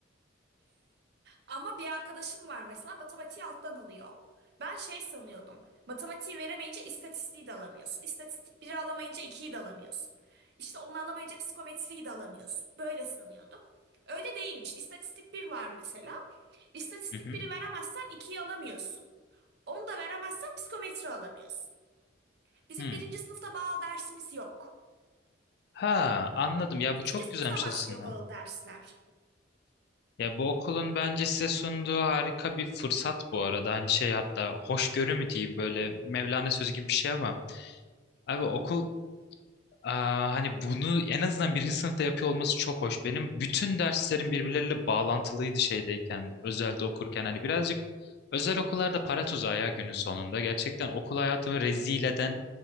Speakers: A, on the right (about 60°); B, on the left (about 60°).
A: Ama bir arkadaşım var mesela matematiği alttan alıyor. Ben şey sanıyordum. Matematiği veremeyince istatistiği de alamıyorsun. İstatistik biri alamayınca ikiyi de alamıyorsun. İşte onu alamayınca psikometriyi de alamıyorsun. Böyle sanıyordum. Öyle değilmiş. İstatistik bir var mesela. İstatistik
B: <laughs> Hı hı.
A: biri veremezsen ikiyi alamıyorsun. Onu da veremezsen psikometri alamıyorsun. Bizim
B: Hı.
A: birinci sınıfta bağıl dersimiz yok.
B: Ha anladım ya
A: İkinci
B: bu çok
A: sınıfta
B: güzelmiş
A: başlıyor
B: aslında.
A: bağıl dersler.
B: Ya bu okulun bence size sunduğu harika bir fırsat bu arada. Hani şey hatta hoşgörü mü diyeyim böyle Mevlana sözü gibi bir şey ama. Abi okul aa, hani bunu en azından birinci sınıfta yapıyor olması çok hoş. Benim bütün derslerim birbirleriyle bağlantılıydı şeydeyken, özelde okurken. Hani birazcık özel okullarda para tuzağı ya günün sonunda. Gerçekten okul hayatımı rezil eden